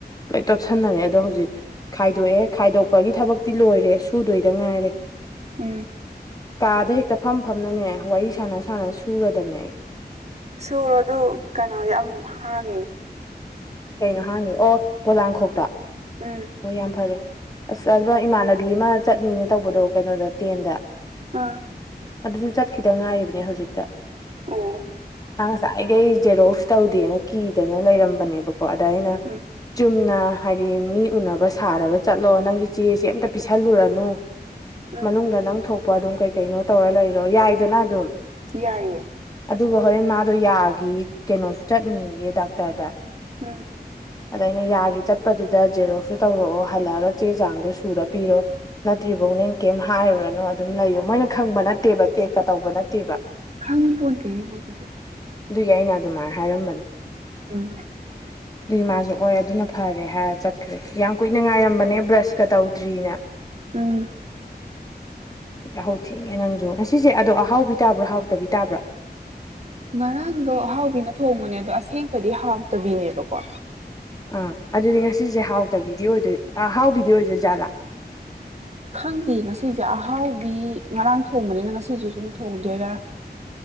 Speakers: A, on the left; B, on the right.
A: ꯂꯣꯏ ꯇꯣꯠꯁꯟꯅꯔꯦ ꯑꯗꯣ ꯍꯧꯖꯤꯛ ꯈꯥꯏꯗꯣꯛꯑꯦ ꯈꯥꯏꯗꯣꯛꯄꯒꯤ ꯊꯕꯛꯇꯤ ꯂꯣꯏꯔꯦ ꯁꯨꯗꯣꯏꯗ ꯉꯥꯏꯔꯦ
B: ꯎꯪ
A: ꯀꯥꯗ ꯍꯦꯛꯇ ꯐꯝ ꯐꯝꯅꯅꯦ ꯋꯥꯔꯤ ꯁꯥꯟꯅ ꯁꯥꯟꯅ ꯁꯨꯔꯗꯕꯅꯦ ꯑꯩ
B: ꯁꯨꯔꯣ ꯑꯗꯨ ꯀꯩꯅꯣꯒꯤ ꯑꯃꯨꯛ ꯍꯥꯡꯉꯦ
A: ꯀꯩꯅꯣ ꯍꯥꯡꯉꯦ ꯑꯣꯑꯣ ꯄꯣꯂꯥꯡꯈꯣꯛꯇꯣ
B: ꯎꯝ
A: ꯑꯣ ꯌꯥꯝ ꯐꯔꯦ ꯑꯥꯁ ꯑꯗꯨꯗ ꯏꯃꯥꯟꯅꯕꯤ ꯑꯃ ꯆꯠꯅꯤꯅ ꯇꯧꯕꯗꯣ ꯀꯩꯅꯣꯗ ꯇꯦꯟꯗ
B: ꯑꯥ
A: ꯑꯗꯨꯖꯨ ꯆꯠꯈꯤꯗ ꯉꯥꯏꯔꯤꯕꯅꯦ ꯍꯧꯖꯤꯛꯇ
B: ꯑꯣꯑꯣ
A: ꯃꯥ ꯉꯁꯥꯏꯈꯩ ꯖꯦꯔꯣꯛꯁ ꯇꯧꯗꯦꯅ ꯀꯤꯗꯅ ꯂꯩꯔꯝꯕꯅꯦꯕ ꯀꯣ ꯑꯗ ꯑꯩꯅ
B: ꯎꯝ
A: ꯆꯨꯝꯅ ꯍꯥꯏꯗꯤ ꯃꯤ ꯎꯟꯅꯕ ꯁꯥꯔꯒ ꯆꯠꯂꯣ ꯅꯪꯒꯤ ꯆꯦꯖꯦ ꯑꯝꯇ ꯄꯤꯁꯜꯂꯨꯔꯅꯨ
B: ꯎꯝ
A: ꯃꯅꯨꯡꯗ ꯅꯪ ꯊꯣꯛꯄ ꯑꯗꯨꯝ ꯀꯩ ꯀꯩꯅꯣ ꯇꯧꯔ ꯂꯩꯔꯣ ꯌꯥꯏꯗꯅ ꯑꯗꯨꯝ
B: ꯌꯥꯏꯌꯦ
A: ꯑꯗꯨꯒ ꯍꯣꯔꯦꯟ ꯃꯥꯗꯣ ꯌꯥꯒꯤ ꯀꯩꯅꯣꯖꯨ ꯆꯠꯅꯤꯑꯌꯦ ꯗꯥꯛꯇꯔꯗ
B: ꯎꯪ
A: ꯑꯗꯧꯗ ꯌꯥꯒꯤ ꯆꯠꯄꯗꯨꯗ ꯖꯦꯔꯣꯛꯁꯨ ꯇꯧꯔꯛꯑꯣ ꯍꯜꯂꯛꯑꯒ ꯆꯦ ꯆꯥꯡꯗꯣ ꯁꯨꯔ ꯄꯤꯔꯣ ꯅꯠꯇ꯭ꯔꯤꯕꯧ ꯍꯣꯔꯦꯟ ꯀꯩꯝ ꯍꯥꯏꯔꯨꯔꯅꯣ ꯑꯗꯨꯝ ꯂꯩꯌꯣ ꯃꯣꯏꯅ ꯈꯪꯕ ꯅꯠꯇꯦꯕ ꯆꯦꯛꯀ ꯇꯧꯕ ꯅꯠꯇꯦꯕ
B: ꯈꯪꯄꯣꯟꯇꯦꯍꯦ ꯃꯣꯏꯒꯤꯁꯦ
A: ꯑꯗꯨꯒꯤ ꯑꯩꯅ ꯑꯗꯨꯃꯥꯏꯅ ꯍꯥꯏꯔꯝꯕꯅꯦ
B: ꯎꯪ
A: ꯑꯗꯨꯏ ꯃꯥꯖꯨ ꯑꯣꯏ ꯑꯗꯨꯅ ꯐꯔꯦ ꯍꯥꯏꯔ ꯆꯠꯈ꯭ꯔꯦ ꯌꯥꯝ ꯀꯨꯏꯅ ꯉꯥꯏꯔꯝꯕꯅꯦ ꯕ꯭ꯔꯁꯀ ꯇꯧꯗ꯭ꯔꯤꯑꯅ
B: ꯎꯪ
A: ꯌꯥꯍꯧ ꯊꯦꯡꯉꯦ ꯅꯪꯖꯨ ꯉꯁꯤꯖꯦ ꯑꯗꯣ ꯑꯍꯥꯎꯕꯤ ꯇꯥꯕ꯭ꯔꯣ- ꯍꯥꯎꯇꯕꯤ ꯇꯥꯕ꯭ꯔꯣ
B: ꯉꯔꯥꯡꯗꯣ ꯑꯍꯥꯎꯕꯤꯅ ꯊꯣꯡꯕꯅꯦ ꯑꯗꯣ ꯑꯁꯦꯡꯕꯗꯤ ꯍꯥꯎꯇꯕꯤꯅꯦꯕꯀꯣ
A: ꯑꯥ ꯑꯗꯨꯗꯤ ꯉꯁꯤꯖꯦ ꯍꯥꯎꯇꯕꯤꯗꯤ ꯑꯣꯏꯗꯣꯏ ꯑꯍꯥꯎꯕꯤꯗꯤ ꯑꯣꯏꯗꯣꯏ ꯖꯥꯠꯂꯥ
B: ꯈꯪꯗꯦ ꯉꯁꯤꯖꯦ ꯑꯍꯥꯎꯕꯤ ꯉꯔꯥꯡ ꯊꯣꯡꯕꯅꯤꯅ ꯉꯁꯤꯖꯨ ꯖꯨꯝ ꯊꯣꯡꯗꯣꯏꯔꯥ